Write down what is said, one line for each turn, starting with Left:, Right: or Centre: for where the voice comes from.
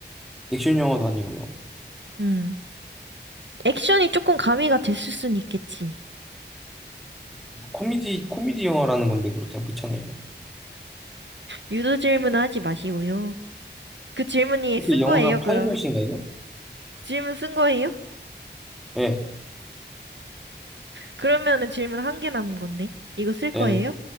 Centre: 액션 영화도 아니고요.
Right: 음. 액션이 조금 가미가 됐을 순 있겠지.
Centre: 뭐 코미디 코미디 영화라는 건데 그렇다면 그렇잖아요.
Right: 유도 질문은 하지 마시고요. 그 질문이
Centre: 혹시
Right: 쓴
Centre: 그 영화가
Right: 거예요,
Centre: 파이머신가요?
Right: 그러면? 질문 쓴 거예요?
Centre: 예,
Right: 그러면은 질문 한 개 남은 건데. 이거 쓸 거예요?
Centre: 예,